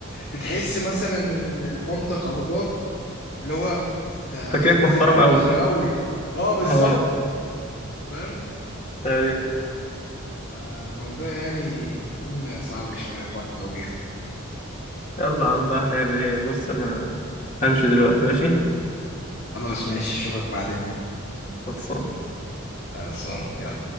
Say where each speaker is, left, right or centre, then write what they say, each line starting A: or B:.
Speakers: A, on the left; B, on the left.
A: بتحس مثلا ان إن مامتك او باباك اللي هو انت
B: فاكرك محترم
A: نزلت من
B: قوي
A: نظري
B: <laughs>
A: قوي اه بالظبط
B: اه
A: فاهم
B: ايوه
A: فموضوع يعني بيكون صعب شويه حوار التوبيخ ده
B: يلا يا عم بقى هنعمل ايه بص انا همشي دلوقتي ماشي
A: خلاص ماشي اشوفك بعدين بقى
B: خلصان
A: خلصان يلا